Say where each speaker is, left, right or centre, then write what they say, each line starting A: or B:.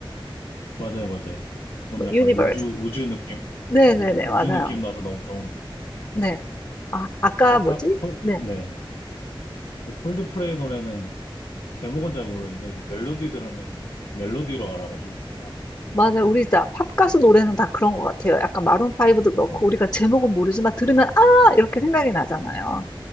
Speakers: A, on the left (about 80°); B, on the left (about 40°).
A: 맞아요, 맞아요. 좀
B: 뭐,
A: 약간
B: 유니버스.
A: 우주, 우주 느낌?
B: 네네네,
A: 우주, 우주
B: 맞아요.
A: 느낌 나서 너무 좋은 것 같아요.
B: 네. 아, 아까
A: 그러니까
B: 뭐지?
A: 딱, 콜,
B: 네.
A: 네. 그 콜드플레이 노래는 제목은 잘 모르는데, 이제 멜로디 들으면은 멜로디로 알아가지고 제가.
B: 맞아요. 우리 다 팝가수 노래는 다 그런 것 같아요. 약간 마룬파이브도 그렇고,
A: 맞,
B: 우리가 제목은 모르지만 들으면, 아! 이렇게 생각이 나잖아요.